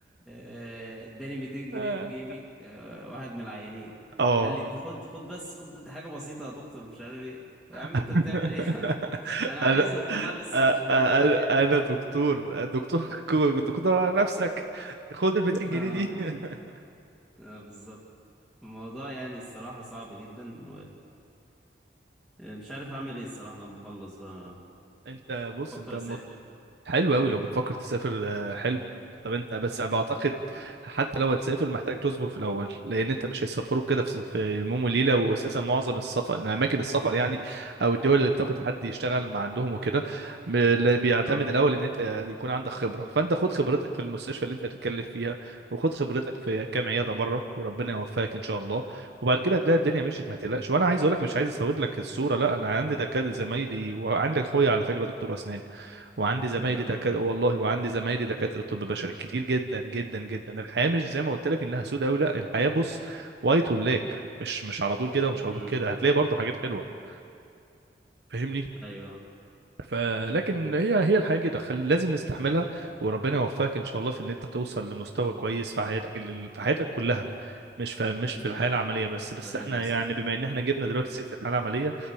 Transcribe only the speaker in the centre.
آه، اداني 200 جنيه
في جيبي آه، واحد من العيانين
قال لي خد خد بس خد دي حاجة بسيطة يا دكتور مش عارف ايه يا عم
انت بتعمل ايه <laughs> انا
عايزهم
والله بس
مش للدرجة
دي يعني
<laughs>
اه بالظبط الموضوع يعني الصراحة صعب جدا ومش عارف أعمل إيه الصراحة لما أخلص بقى
بفكر
أسافر
أه
بجد
والله
أمم
أيوه
أمم
حبيبي
يا صاحبي